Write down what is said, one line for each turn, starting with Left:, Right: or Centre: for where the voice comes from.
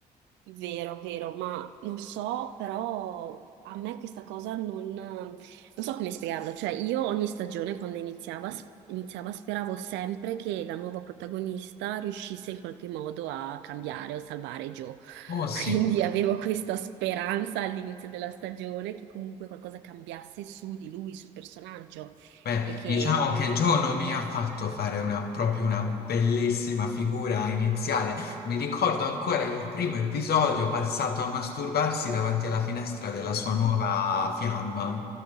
Right: Vero, vero, ma non so, però a me questa cosa non, non so come spiegarlo. Cioè, io ogni stagione, quando iniziava, s- iniziava, speravo sempre che la nuova protagonista riuscisse in qualche modo a cambiare o salvare Joe.
Left: Oh
Right: <laughs>
Left: sì.
Right: Quindi avevo questa speranza all'inizio della stagione che comunque qualcosa cambiasse su di lui, sul personaggio,
Left: Beh,
Right: e che
Left: diciamo che Joe non mi ha fatto fare una, proprio una bellissima figura iniziale. Mi ricordo ancora il primo episodio passato a masturbarsi davanti alla finestra della sua nuova fiamma.